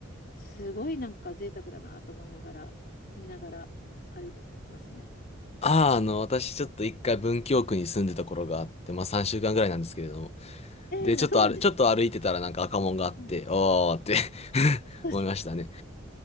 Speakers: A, on the left; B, on the left.
A: すごいなんか贅沢だなと思いながら、見ながら歩いてますね。
B: ああ、あの、私ちょっと一回文京区に住んでた頃があって、まあ3週間ぐらいなんですけれども。
A: ええ、
B: で、ちょっとある、
A: そうなんですね。
B: ちょっと歩いてたらなんか赤門があって、
A: うん
B: おーって <laughs>
A: そうそう
B: 思いましたね。